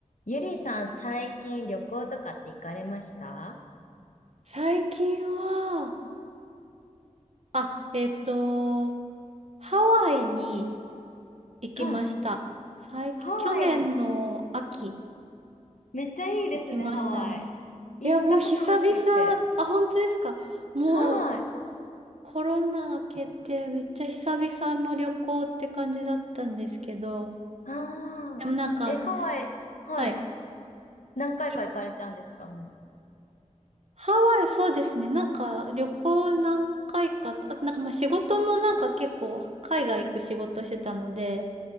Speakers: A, on the left; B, on the right.
A: ゆりさん、最近旅行とかって行かれました
B: 最近は、あ、えっと、ハワイに行きました。
A: はい。
B: 最近、
A: ハワイ、
B: 去年の秋、
A: めっちゃいいですね、
B: 行きましたね。
A: ハワイ。行ったことなくって。
B: いや、もう久々、あ、本当ですか。もう
A: はい。
B: コロナ明けてめっちゃ久々の旅行って感じだったんですけど、
A: ああ。
B: でもなんかあの、
A: え、ハワイ、はい。
B: はい。
A: 何回か行かれたんですか、
B: い
A: も
B: ハワイ、そうですね。なんか旅行何回か、あとなんかまあ仕事もなんか結構海外行く仕事してたので、